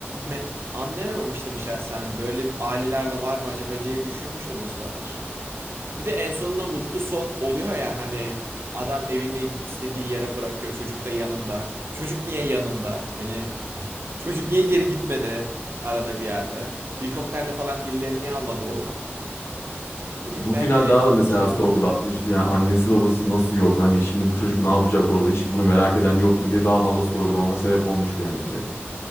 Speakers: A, on the right; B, on the left.
A: me- anlayamamıştım şahsen. Böyle ailelerde var mı acaba diye düşünmüştüm o sıralar. Bir de en sonunda mutlu son oluyor ya hani adam evini istediği yere bırakıyor. Çocuk da yanında. Çocuk niye yanında? Hani çocuk niye geri gitmedi arada bir yerde? Helikopterle falan birileri niye almadı onu? Ne bileyim
B: Bu
A: bence
B: final daha da mesela
A: düşünebilir.
B: sorgulatmıştı. Yani annesi babası nasıl yok? Hani şimdi bu çocuk ne yapacak orada? Hiç bunu merak eden yok mu diye daha fazla sorgulamama sebep olmuştu yani finali.